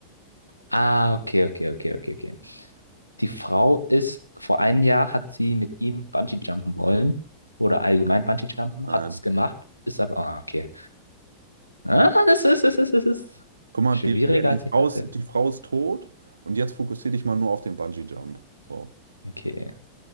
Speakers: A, on the left; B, on the right.
A: Ah, okay, okay, okay, okay, okay. Die Frau ist, vor einem Jahr hat sie mit ihm Bungee-Jumpen wollen oder allgemein Bungee-Jumpen,
B: Nein.
A: hat es gemacht, ist aber, ah, okay. Ah, das ist, das ist, das ist
B: Guck mal,
A: schwieriger,
B: die, äh, die
A: als
B: Frau
A: ich dachte.
B: ist, die Frau ist tot und jetzt fokussiere dich mal nur auf den Bungee-Jump. So.
A: Okay.